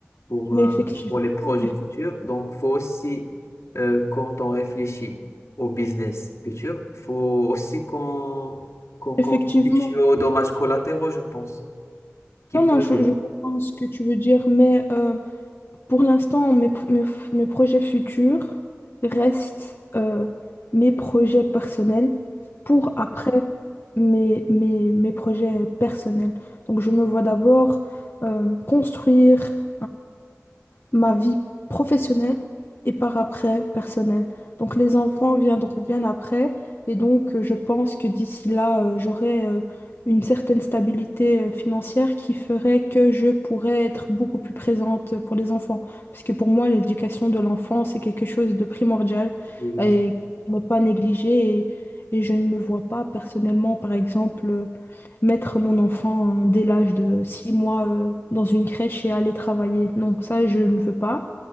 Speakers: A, on the left; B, on the left.
A: pour,
B: Mais
A: euh,
B: effectivement,
A: pour les projets futurs, donc faut aussi, euh, quand on réfléchit au business futur, faut aussi qu'on qu'on
B: effectivement.
A: qu'on réfléchisse aux dommages collatéraux, je pense, qui
B: Non,
A: peuvent...
B: non, je, je comprends ce que tu veux dire, mais euh, pour l'instant, mes, pro- mes, f- mes projets futurs restent euh, mes projets personnels pour après mes, mes, mes projets personnels. Donc, je me vois d'abord euh, construire ma vie professionnelle et par après personnelle. Donc les enfants viendront bien après et donc euh, je pense que d'ici là, euh, j'aurai euh, une certaine stabilité euh, financière qui ferait que je pourrais être beaucoup plus présente pour les enfants. Parce que pour moi, l'éducation de l'enfant, c'est quelque chose de primordial
A: Oui, bien
B: et
A: sûr.
B: à ne pas négliger et, et je ne me vois pas personnellement, par exemple, euh, mettre mon enfant dès l'âge de 6 mois euh, dans une crèche et aller travailler. Non, ça, je ne veux pas.